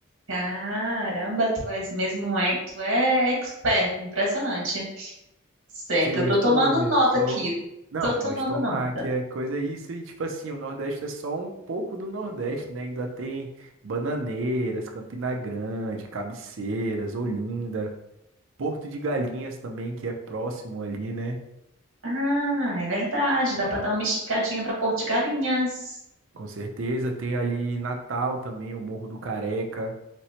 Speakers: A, on the right; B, on the right.
A: Caramba, tu és mesmo um, ex- tu é expert, impressionante. Certo,
B: Você gostou,
A: eu tô tomando
B: amigo?
A: nota
B: Sou.
A: aqui.
B: Não,
A: Tô tomando
B: pode tomar,
A: nota.
B: que é coisa isso. E tipo assim, o Nordeste é só um pouco do Nordeste, né? Ainda tem Bananeiras, Campina Grande, Cabeceiras, Olinda, Porto de Galinhas também, que é próximo ali, né?
A: Ah, é verdade, dá para dar uma esticadinha para Porto de Galinhas.
B: Com certeza. Tem ali Natal também, o Morro do Careca.